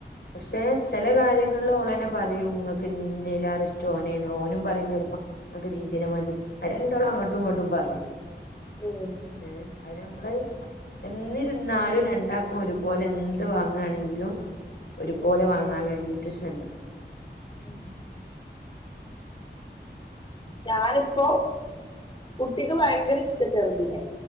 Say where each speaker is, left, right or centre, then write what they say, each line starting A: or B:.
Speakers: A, on the left; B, on the left.
A: പക്ഷെ ചില കാര്യങ്ങളില് ഓളന്നെ പറയും നിങ്ങക്ക് ഇഞ്ഞീലേറെ ഇഷ്ടം ഓനേണ് ഓനും പറയും ചിലപ്പോ ഇങ്ങക് നീതിനെ മതി രണ്ടോളം അങ്ങട്ടും ഇങ്ങട്ടും പറയും
B: ഉം
A: ഏ അത് നമ്മള് എന്നിരുന്നാലും രണ്ടാക്കും ഒരുപോലെ എന്ത് വാങ്ങാണെങ്കിലും ഒരുപോലെ
B: ഉം
A: വാങ്ങാൻ വേണ്ടിയിട്ട് ശ്രമിക്ക
B: ഉം ഞാനിപ്പോൊ കുട്ടിക്ക് ഭയങ്കര ഇഷ്ട ചെറ്തിനെ